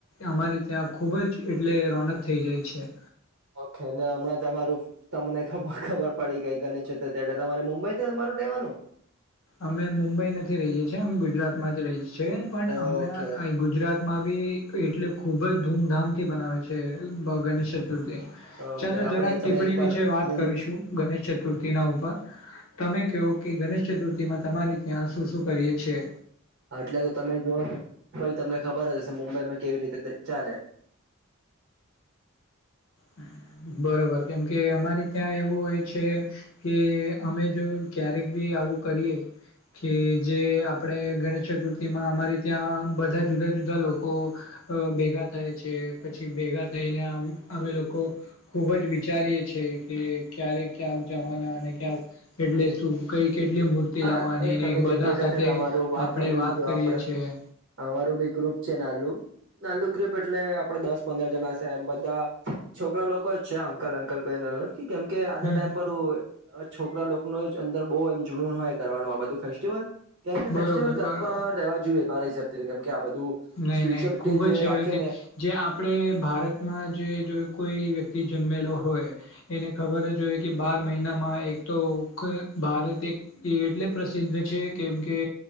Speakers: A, on the left; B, on the right.
A: અમારે ત્યાં ખુબ જ એટલે રોનક થઈ જઈ છે
B: ઓકે હમણાં તમારું તમને ખબર ખબર પડી કઈકને છે એટલે તમારે મુંબઈ થી તમારું રહેવાનું
A: અમે મુંબઈ નથી રહીએ છીએ અમે ગુજરાતમાં જ રહીએ છીએ પણ અમ
B: ઓકે
A: અહી ગુજરાત માં બી એટલે ખૂબ જ ધૂમધામથી બનાવે છે ગણેશ ચતુર્થી
B: ઓકે
A: ચાલો
B: આપડે
A: જરાક ટિપ્પણી
B: તમે એકવાર
A: વિશે વાત
B: મુંબઈ
A: કરીશું ગણેશ ચતુર્થી ના ઉપર તમે કહો કે ગણેશ ચતુર્થીમાં તમારી ત્યાં શું શું કરીએ છીએ
B: આટલે તો તમે જોઓ છો એ મુંબઈ તમને ખબર હશે મુંબઈમાં કેવી રીતે ચાલે
A: હમ બરોબર કેમ કે અમારે ત્યાં એવું હોય છે કે અમે જો ક્યારેક બી આવું કરીએ કે જે આપણે ગણેશ ચતુર્થીમાં અમારે ત્યાં બધા જુદા જુદા લોકો અ ભેગા થાય છે પછી ભેગા થઈને આમ અમે લોકો ખૂબ જ વિચારીએ છ છેીએ કે ક્યારે ક્યાંક જવાના અને ક્યાંક એટલે શું કઈ કેટલી મૂર્તિ
B: હા
A: લાવવાની
B: તમે
A: બધા
B: જે કેતા
A: સાથે
B: છે તમારું
A: આપડણે
B: સાંભળી
A: વાત
B: લીધું
A: કરીએ
B: આપડે
A: છેીએ
B: અમારું ગ્રુપ છે નાલું નાલુ ગ્રુપ એટલે આપડે દસ પંદર જણા છે એમ બધા છોકરા લોકો જ છે અંકલ અંકલ કઈ નત કેમ કે આજના
A: હમ
B: ટાઈમ પર છોકરા લોકો ન જ અંદર બહ એમ જૂ હોય કરવાનું આ બું ફેસ્ટલ કેમ કે
A: બરોબર
B: ફેસ્ટિવલ કરતા
A: બરોબર
B: રવા જોઈએ મારા હિસાબથી કે આ બધું
A: નહી
B: સ્પિરિચ્યુઅલિટી
A: નહી ખુબ જ
B: જે
A: છે
B: રાખે
A: હવે
B: ને
A: જે આપણે ભારતમાં જે જો કોઈ વ્યક્તિ થી જન્મેલો હોય એને ખબર જ હોઈએ કે બાર મહિનામાં એક તો ભારત એટલે પ્રસિદ્ધ છે કેમ કે